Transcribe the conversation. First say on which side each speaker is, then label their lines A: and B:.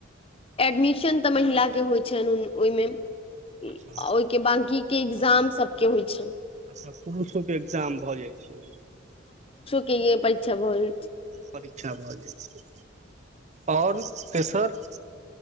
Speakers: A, on the left; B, on the right.
A: एडमिशन तऽ महिला के होइ छनि ओहि में ओहि
B: अच्छा
A: के बाकी कि एग्जाम सब के होइ छैन
B: अच्छा पुरुषो के एक्जाम भऽ जाइ छै
A: कि ये परिक्षा भऽ छै
B: परीक्षा भऽ जाइ छै आ और तेसर